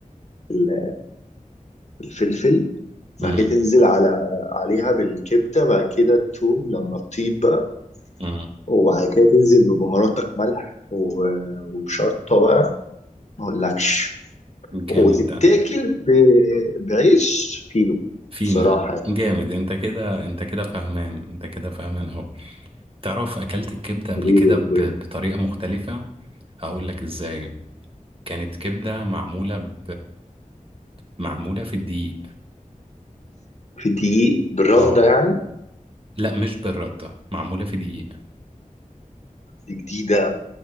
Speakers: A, on the left; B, on the right.
A: ال- الفلفل
B: مم.
A: بعد كده تنزل على عليها بالكبدة بعد كده التوم لما تطيب بقى
B: مم.
A: وبعد كده تنزل ببهاراتك ملح و- وشطة بقى ما اقولكش
B: جامد
A: وتتاكل
B: ده
A: ب- بعيش فينو
B: فينو
A: صراحة يعني
B: جامد انت كده انت كده فاهمان انت كده فاهمان اوي تعرف اكلت الكبدة قبل
A: حبيبي
B: كده
A: يا
B: ب-
A: اخويا
B: بطريقة مختلفة هقول لك ازاي كانت كبدة معمولة ب معمولة في الدقيق
A: في دقيق بالردة
B: اه
A: يعني
B: لا مش بالردة معمولة في دقيق
A: دي جديدة